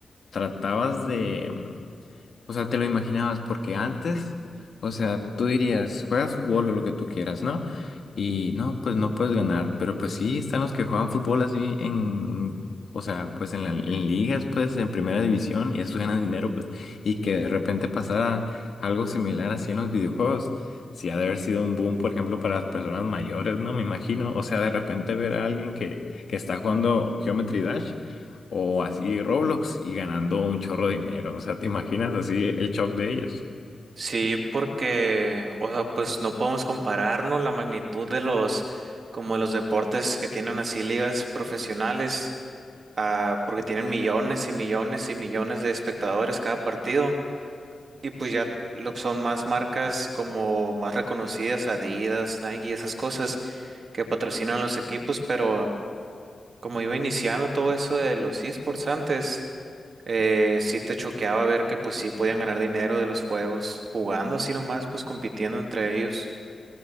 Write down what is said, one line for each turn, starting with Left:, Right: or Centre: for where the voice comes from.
Left: tratabas de... O sea, te lo imaginabas porque antes, o sea, tú dirías, juegas fútbol o lo que tú quieras, ¿no? Y no, pues no puedes ganar, pero pues sí, están los que juegan fútbol así en, o sea, pues en, la- en ligas, pues en primera división, y eso ganan dinero, pues, y que de repente pasara algo similar así en los videojuegos. Sí, ha de haber sido un boom, por ejemplo, para las personas mayores, ¿no? Me imagino. O sea, de repente ver a alguien que, que está jugando Geometry Dash. O así Roblox y ganando un chorro de dinero. O sea, ¿te imaginas así el shock de ellos?
Right: Sí, porque, o sea, pues no podemos compararnos la magnitud de los, como los deportes que tienen así ligas profesionales, ah, porque tienen millones y millones y millones de espectadores cada partido, y pues ya lo que son más marcas como más reconocidas, Adidas, Nike y esas cosas que patrocinan los equipos, pero como iba iniciando todo eso de los esports antes eh, sí te choqueaba ver que pues sí podían ganar dinero de los juegos, jugando así nomás, pues compitiendo entre ellos.